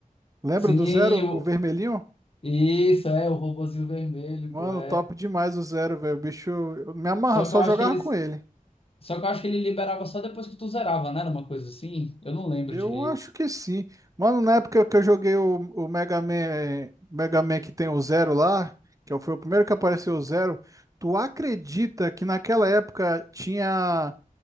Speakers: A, on the right (about 25°); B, on the left (about 40°).
A: Lembra
B: Sim,
A: do Zero,
B: o-
A: o vermelhinho?
B: isso é o robozinho vermelho,
A: Mano,
B: pô, é.
A: top demais o Zero, velho. O bicho, eu me amarra,
B: Só
A: só
B: que eu acho
A: jogava
B: que eles,
A: com ele.
B: só que eu acho que ele liberava só depois que tu zerava, né? Era uma coisa assim. Eu não lembro
A: Eu
B: direito.
A: acho que sim. Mano, na época que eu joguei o, o Mega Man, eh, Mega Man que tem o Zero lá, que foi o primeiro que apareceu o Zero, tu acredita que naquela época tinha